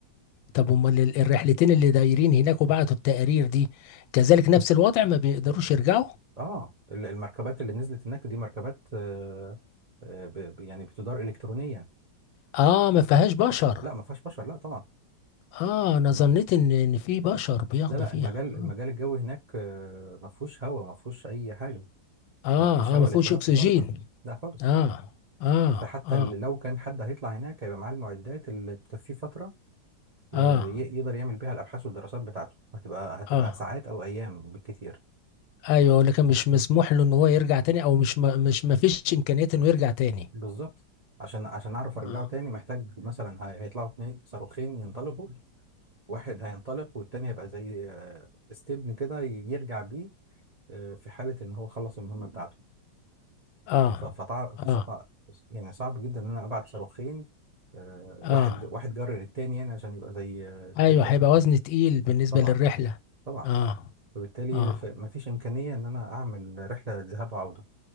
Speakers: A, on the left; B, on the right.
A: طب امال ال- الرحلتين اللي دايرين هناك وبعتوا التقارير دي كذلك نفس الوضع ما بيقدروش يرجعوا
B: اه ال- المركبات اللي نزلت هناك دي مركبات آه، آه، ب- ب- يعني بتدار الكترونيا
A: اه ما فيهاش بشر
B: لا ما فيهاش بشر لا طبعا
A: اه انا
B: ال...
A: ظنيت ان ان في بشر بياخدوا
B: لا لا
A: فيها
B: المجال المجال
A: اه
B: الجوي هناك آه، ما فيهوش هواء ما فيهوش اي حاجه
A: اه
B: فما فيش هواء
A: آه، ما فيهوش
B: للتنفس
A: اكسجين
B: اصلا لا خالص
A: اه اه
B: فحتى
A: اه
B: ال- لو كان حد هيطلع هناك هيبقى معاه المعدات اللي تكفيه فتره
A: اه
B: آه، ي- يقدر يعمل بيها الابحاث والدراسات بتاعته هتبقى هتبقى
A: اه
B: ساعات او ايام بالكتير
A: ايوه لكن مش مسموح له ان هو يرجع تاني او مش ما مش ما فيش امكانية انه يرجع تاني
B: بالظبط عشان عشان اعرف ارجعه
A: اه
B: تاني محتاج مثلا هي- هيطلعوا اتنين صاروخين ينطلقوا واحد هينطلق والتاني هيبقى زي آه، استبن كده يرجع بيه آه، في حالة ان هو خلص المهمة بتاعته
A: اه
B: ف- فطع- فصعب
A: اه
B: يعني صعب جدا ان انا ابعت صاروخين آه،
A: اه
B: واحد واحد جرر التاني يعني عشان يبقى زي آه،
A: ايوه
B: ت-
A: هيبقى
B: ت-
A: وزن تقيل بالنسبة
B: طبعا
A: للرحلة
B: طبعا
A: اه
B: فبالتالي
A: اه
B: ف- مفيش امكانية ان انا اعمل رحلة ذهاب وعودة